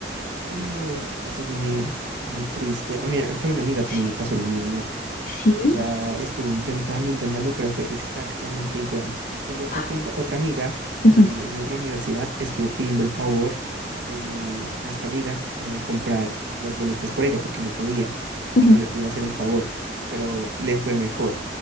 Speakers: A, on the right; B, on the left.
A: Oh, eso es muy, muy triste. Ah, mira, acá a una amiga también
B: Sí,
A: le pasó lo mismo.
B: sí.
A: Ella estuvo intentando, intentando, pero fue exactamente igual. Tengo otra,
B: Ah,
A: confa- otra amiga
B: Ujú,
A: que es de otra universidad, estuvo pidiendo el favor de, a esta amiga como de comprar las boletas por ella porque no podía
B: ujú.
A: y no le pudo hacer el favor, pero le fue mejor